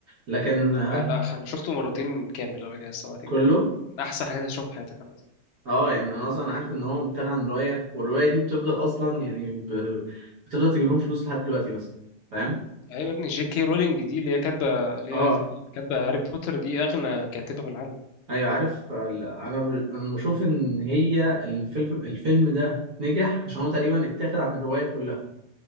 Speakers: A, on the right; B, on the left.
A: لكن
B: لا
A: ها
B: لا أنا شفته مرتين كامل قبل كده الصراحة
A: كله
B: ده أحسن حاجة هتشوفها في حياتك عامة
A: اه يعني انا اصلا عارف ان هو بيتاخد عن روايه والروايه دي بتفضل اصلا يعني ب... بتفضل تجيب لهم فلوس لحد دلوقتي بس فاهم
B: أيوة يا ابني جي كي رولينج دي اللي هي كاتبة اللي
A: اه
B: هي كاتبة هاري بوتر دي أغنى كاتبة في العالم
A: ايوه عارف ال- انا ب... انا بشوف ان هي الفيلم الفيلم ده نجح عشان هو تقريبا اتاخد عن الروايه كلها